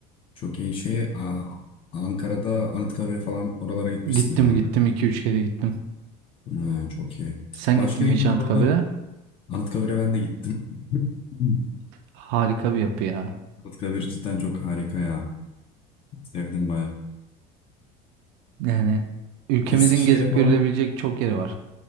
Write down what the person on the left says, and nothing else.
Çok iyi. Şeye a- Ankara'da Anıtkabir'e falan oralara gitmişsindir
bak.
Ha, çok iyi.
Başka
İç
Anadolu'dan
Anıtkabir'e ben de gittim. <laughs>
<clears throat> Anıtkabir cidden çok harika ya. Sevdim baya.
Eskişehir'e
falan